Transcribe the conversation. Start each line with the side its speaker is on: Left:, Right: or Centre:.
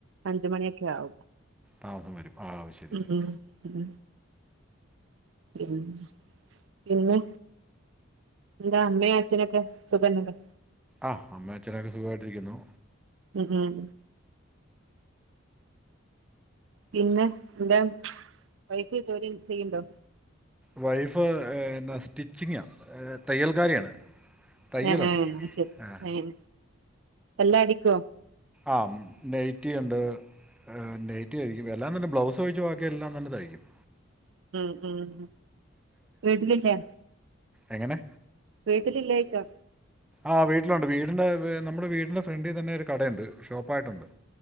Right: അഞ്ച് മണിയൊക്കെ ആവും
Centre: താമസം വരും ആഹ് ശരി
Right: ഉം
Centre: ശരി
Right: ഉം പിന്ന് പിന്നെ എന്താ അമ്മയും അച്ഛനൊക്കെ സുഖന്നെല്ലെ
Centre: ആഹ് അമ്മയും അച്ഛനൊക്കെ സുഖായിട്ടിരിക്കുന്നു
Right: ഉം ഉം പിന്നെ എന്താ വൈഫ് ജോലി ചെയ്യ്ണ്ടോ
Centre: വൈഫ് ഏഹ് എന്നാ സ്റ്റിച്ചിംങ്ങാ തയ്യൽക്കാരിയാണ് തയ്യലുണ്ട്
Right: ഏഹ് ഏഹ് ശരി
Centre: ആഹ്
Right: ഏഹ് എല്ലാം അടിക്കോ
Centre: ആഹ് നെയ്റ്റിയുണ്ട് ഏഹ് നെയ്റ്റിതയ്യ്ക്കും എല്ലാംതന്നെ ബ്ലൗസ് ഒഴിച്ച് ബാക്കി എല്ലാംതന്നെ തയ്യ്ക്കും
Right: ഉം ഉം വീട്ട്ലില്ലെ
Centre: എങ്ങെനെ
Right: വീട്ടിലില്ലേ ചോയ്ക്കാ
Centre: ആഹ് വീട്ടിലുണ്ട് വീടിന്റെ വ് നമ്മടെ വീടിന്റെ ഫ്രണ്ടിൽ തന്നെ ഒരു കടയുണ്ട് ഷോപ്പായിട്ടുണ്ട്